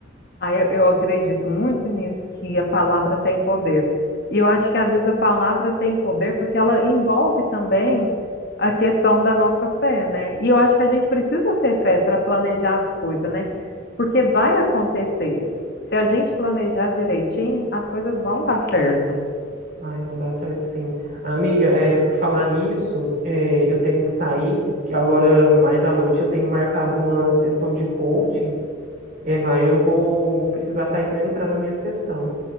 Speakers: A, on the left; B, on the right.
A: Ah, eu, eu acredito muito nisso, que a palavra tem poder. E eu acho que às vezes a palavra tem poder porque ela envolve também a questão da nossa fé, né? E eu acho que a gente precisa ter fé para planejar as coisas, né? Porque vai acontecer. Se a gente planejar direitinho, as coisas vão dar certo.
B: Ai, vão dar certo sim. Amiga, é, por falar nisso, é, eu tenho que sair, que agora mais à noite eu tenho marcado uma sessão de coaching. É, vai, eu vou precisar sair para entrar na minha sessão.